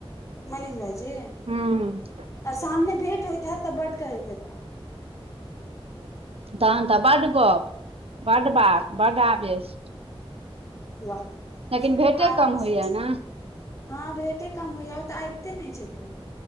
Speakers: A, on the left; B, on the right.
A: मनीष भाईजी
B: हूऽ
A: आ सामने भेट होइ हैथ तऽ बढ़ कहैत हैता
B: तहन तऽ बड गप बड बात बड आवेश
A: वाह <inaudible>
B: लेकिन भेटे
A: आबेस
B: कम होइया
A: छै
B: ने
A: हँ भेंटे कम होइया ओ तऽ आबिते नै छथिन